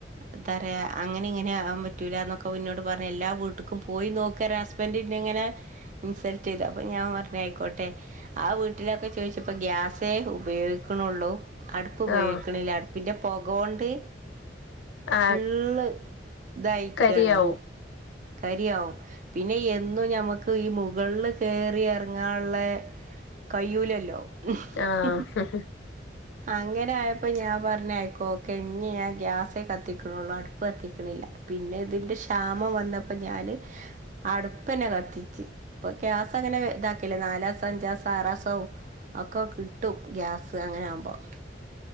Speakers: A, on the right (about 40°); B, on the left (about 75°).
A: ന്ത പറയാ അങ്ങനെ ഇങ്ങനെ ആകൻ പറ്റൂല എന്നൊക്കെ മന്നോട്ടട് പറഞ്ഞഞ് എല്ലാ വീട്ടക്കും പോയി നോക്ക ബറ്ന്ന എങ്ങനെ ഇൻസൾട്ട് ചെയ്തു അപ്പൊ ഞാൻ പറഞ്ഞയിക്കോട്ടെ ആ വീട്ടിലൊക്കെ ചോദിച്ചപ്പോ ഗ്യാസേ ഉപയോഗിക്കണള്ളൂ അടുപ്പ് ഉപയോഗിക്കണില്ല
B: ആഹ്
A: അടുപ്പിന്റെ പോകോണ്ട്
B: ആഹ്
A: ള്ള് ദയ്ക്കണേ
B: കരിയാവും
A: കരിയാവും പിന്നെ എന്നും ഞമക്ക് ഈ മുകളിൽ കയറി ഇറങ്ങാനുള്ള കഴൂലല്ലോ ഹ്ഹ്മ്
B: ആഹ്
A: അങ്ങനെ ആയപ്പോ ഞാൻ പറഞ്ഞായിക്കോ ഓക്കെ ഇനി ഗ്യാസേ കത്തിക്കണള്ളു അടുപ്പ് കത്തിക്കണില്ല പിന്നെ ഇതിന്റെ ക്ഷാമം വന്നപ്പോ ഞാന് അടുപ്പ്ന്നെ കത്തിച്ച് ഇപ്പൊ ഗ്യയാസ അങ്ങനെ ഇതാക്കല്ലേ നാലാസം അഞ്ചാസം ആറാസവും ഒക്കെ കിട്ടും ഗ്യാസ് അങ്ങനെ ആകുമ്പോൾ